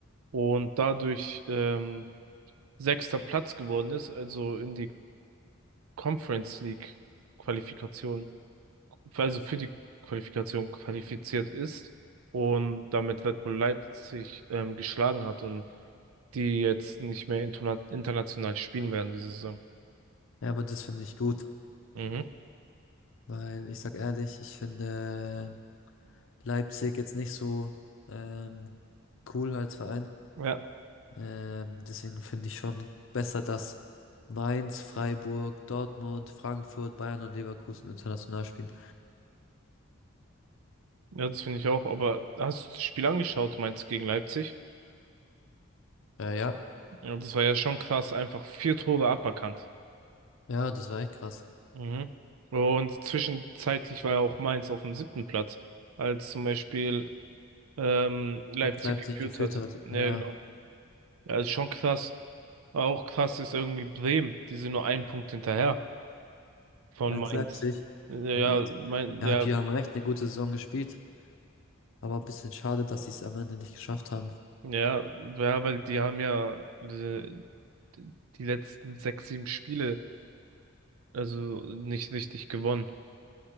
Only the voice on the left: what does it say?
Ja, aber das finde ich gut.
Weil ich sag ehrlich, ich finde Leipzig jetzt nicht so ähm, cool als Verein.
Ähm, deswegen finde ich schon besser, dass Mainz, Freiburg, Dortmund, Frankfurt, Bayern und Leverkusen international spielen.
Äh, ja,
ja, das war echt krass.
Als Leipzig
geführt
hat.
Ja,
als
Leipzig.
am
Ende-
Ja, die haben echt eine gute Saison gespielt. Aber ein bisschen schade, dass sie es am Ende nicht geschafft haben.